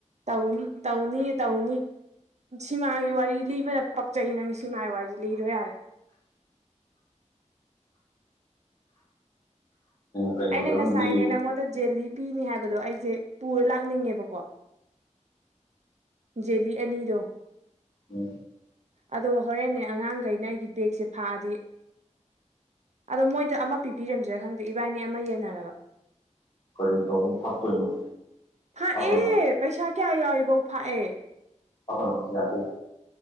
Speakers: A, on the right; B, on the left.
A: ꯇꯥꯎꯅꯤ ꯇꯥꯎꯅꯤꯌꯦ ꯇꯥꯎꯅꯤ ꯁꯤꯃꯥꯒꯤ ꯋꯥꯔꯤ ꯂꯤꯕꯅ ꯄꯛꯆꯩ ꯅꯪ ꯁꯤꯃꯥꯒꯤ ꯋꯥꯔꯤ ꯂꯤꯔꯣ ꯌꯥꯔꯦ
B: ꯀꯩꯅꯣꯗ
A: ꯑꯩꯅ
B: ꯑꯃ
A: ꯉꯁꯥꯏꯅꯦ
B: ꯂꯤꯌꯨ
A: ꯅꯉꯣꯜꯗ ꯖꯦꯂꯤ ꯄꯤꯅꯤ ꯍꯥꯏꯕꯗꯣ ꯑꯩꯁꯦ ꯄꯨꯔ ꯂꯥꯛꯅꯤꯡꯉꯦꯕꯀꯣ ꯖꯦꯂꯤ ꯑꯅꯤꯔꯣ
B: ꯎꯝ
A: ꯑꯗꯣ ꯍꯣꯔꯦꯟꯅꯦ ꯑꯉꯥꯡꯈꯩꯅ ꯑꯩꯒꯤ ꯕꯦꯒꯁꯦ ꯐꯥꯑꯗꯤ ꯑꯗꯣ ꯃꯣꯏꯗ ꯑꯃ ꯄꯤꯕꯤꯔꯝꯗ꯭ꯔꯥ ꯈꯪꯗꯦ ꯏꯕꯥꯏꯅꯤ ꯑꯃ ꯌꯦꯟꯅꯔꯕ
B: ꯀꯔꯤ ꯇꯧꯕ ꯍꯥꯞꯇꯣꯏꯅꯣ
A: ꯐꯥꯛꯑꯦ
B: ꯍꯥꯞꯀꯅꯨ
A: ꯄꯩꯁꯥ ꯀꯌꯥ ꯌꯥꯎꯏꯐꯧ ꯐꯥꯛꯑꯦ
B: ꯀꯈ ꯌꯥꯇꯦ